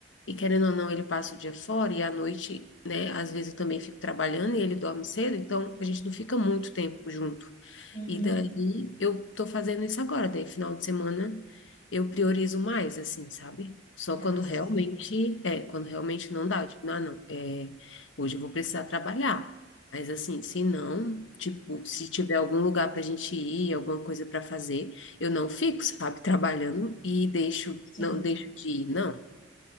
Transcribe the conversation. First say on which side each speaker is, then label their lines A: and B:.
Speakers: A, on the left; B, on the left.
A: E querendo ou não, ele passa o dia fora e à noite, né? Às vezes eu também fico trabalhando e ele dorme cedo, então a gente não fica muito tempo junto.
B: Uhum.
A: E daí eu tô fazendo isso agora, daí final de semana eu priorizo mais, assim, sabe? Só
B: Ah,
A: quando
B: sim.
A: realmente, é, quando realmente não dá, tipo, não, não, é, hoje eu vou precisar trabalhar. Mas assim, se não, tipo, se tiver algum lugar pra gente ir, alguma coisa pra fazer, eu não fico, sabe, trabalhando e deixo,
B: Sim,
A: não deixo de ir, não.